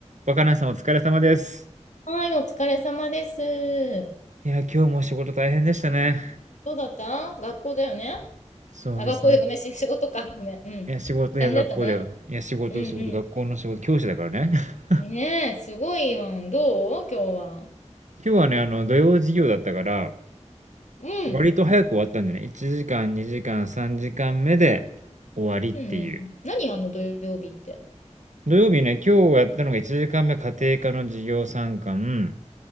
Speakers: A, on the right (about 85°); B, on the left (about 80°).
A: 若菜さんお疲れ様です。
B: はい、お疲れ様です。
A: いや、今日も仕事大変でしたね。
B: どうだった学校だよね
A: そうですね。
B: あ、学校でごめん、し仕事か。ごめん。うん。
A: いや、仕事や学校だよ。
B: 大変だったね。
A: いや、仕事仕事、
B: うんう
A: 学校の仕事、教師だからね。<laughs>
B: ん。ねえ、すごいよ。どう今日は。
A: 今日はね、あの、土曜授業だったから、
B: うん。
A: 割と早く終わったんだよね。1時間、2時間、3時間目で終わりっていう。
B: うんうん。何あの土曜日って。
A: 土曜日ね、今日やったのが1時間目家庭科の授業参観、